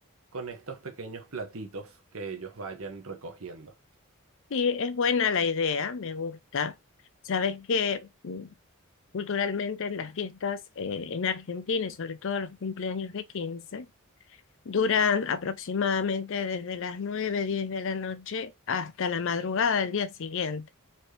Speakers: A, on the right (about 65°); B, on the left (about 60°).
A: con estos pequeños platitos que ellos vayan recogiendo.
B: Sí, es buena la idea, me gusta. Sabes que Culturalmente, en las fiestas eh, en Argentina y sobre todo los cumpleaños de 15, duran aproximadamente desde las 9 10 de la noche hasta la madrugada del día siguiente.